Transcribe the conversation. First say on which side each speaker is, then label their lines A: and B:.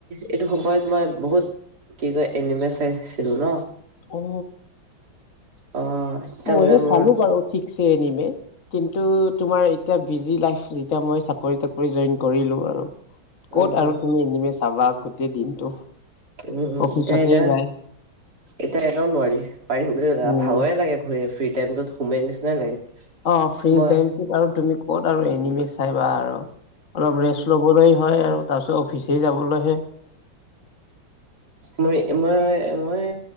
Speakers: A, on the right; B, on the left.
A: এইটো সময়ত মই বহুত কি কয় এনিমে চাইছিলো ন।
B: অ
A: অ এতিয়া
B: অ
A: মানে
B: চালো
A: মোৰ
B: বাৰু ঠিকছ এনিমে কিন্তু তোমাৰ এতিয়া বিজি লাইফ যেতিয়া মই চাকৰি তাকৰি জইন কৰিলো আৰু। ক'ত
A: উম
B: আৰু তুমি এনিমে চাবা গোটেই দিনটো।
A: উম
B: অফিচতে
A: এতিয়া এটা
B: যায়
A: এতিয়া এনেও নোৱাৰি, পাৰিম বুলি
B: উম।
A: ভাগৰে লাগে ঘূৰে ফুৰি টাইমত সোমে নিচিনাই লাগে।
B: অ ফ্ৰী
A: মই
B: টাইমটোত আৰু তুমি ক'ত আৰু এনিমে চাইবা আৰু। অলপ
A: উম
B: ৰেষ্ট লবলৈ হয় আৰু তাৰপিছত অফিচ যাবলৈহে
A: মই মই মই